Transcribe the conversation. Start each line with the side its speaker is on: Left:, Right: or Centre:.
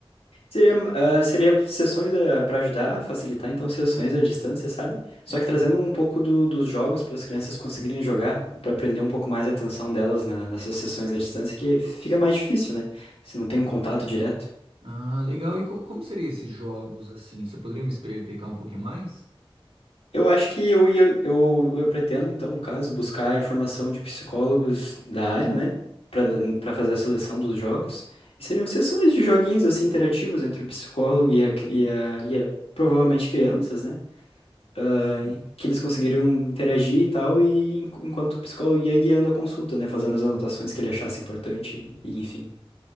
Left: Seria, ah, seria sessões para ajudar, facilitar, então, sessões à distância, sabe? Só
Right: Hum.
Left: que trazendo um pouco do- dos jogos para as crianças conseguirem jogar, para prender um pouco mais a atenção delas na- nessas sessões à distância, que fica mais difícil, né? Se não tem um contato direto.
Right: Ah, legal. E co- como seriam esses jogos assim? Você poderia me expli- explicar um pouquinho mais?
Left: Eu acho que eu ia, eu, eu pretendo, então, no caso, buscar informação de psicólogos da área, né? Para
Right: Hum,
Left: para fazer a seleção dos jogos. E seriam sessões de joguinhos, assim, interativos entre o psicólogo e a, e a, e a provavelmente crianças, né? ah,
Right: sim.
Left: que eles conseguiriam interagir e tal, e enqu- enquanto o psicólogo ia guiando a consulta, né? Fazendo as anotações que ele achasse importante, e enfim.